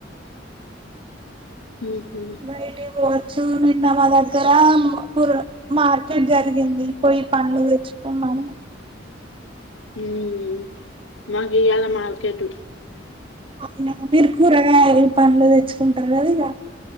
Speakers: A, on the left (about 80°); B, on the right (about 25°).
A: ఉహు
B: బైట్కీ బోవచ్చు నిన్న మా దగ్గర మ్ కూర మార్కెట్ జరిగింది పోయి పండ్లు తెచ్చుకొమ్మను
A: మ్మ్మ్ మాకియాలా మార్కెటు
B: అయన మీరు కూరగాయలు పండ్లు తెచ్చుకుంటారు కదా ఇగా